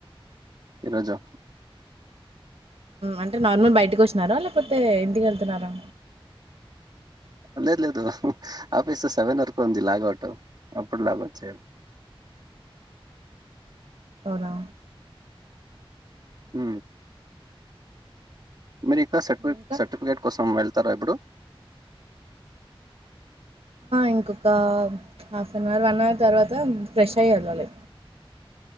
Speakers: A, on the right; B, on the right.
A: ఈరోజు
B: అంటే నార్మల్ బయటకి వచ్చినారా లేకపోతే ఇంటికేళ్తున్నారా
A: లేదు లేదు ఆఫీస్ సెవెన్ వరకు ఉంది లాగౌట్ అప్పుడు లాగౌట్ చెయ్యాలి
B: అవునా
A: ఆ మీరు ఇంకా సర్టిఫ
B: ఇంకా
A: సర్టిఫికేట్ కోసం వెళ్తారా ఇప్పుడు
B: ఇంకొక half an hour one hour తర్వాత ఫ్రెష్ అయ్య వెళ్ళాలి